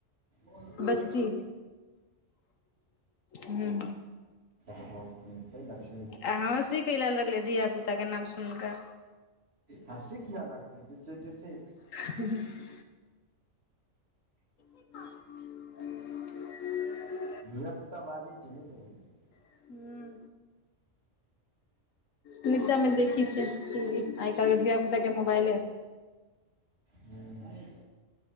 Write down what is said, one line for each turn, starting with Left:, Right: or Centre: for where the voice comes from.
Right: ओ <inaudible> त
Left: बच्ची हूँ
Right: बहु त कि ल्ष <unintelligible>
Left: आ हँसी केयला लगले धिय पुता के नाम सुन कऽ
Right: हँसी से किया लगतै जे छै से से
Left: <inaudible> <inaudible>
Right: धिय पुता बाजै छै ने लोको
Left: हूँ नीचा मे देखे छी टीवी आइ काल के धिया पुता के मोबाइले
Right: ह्म <inaudible>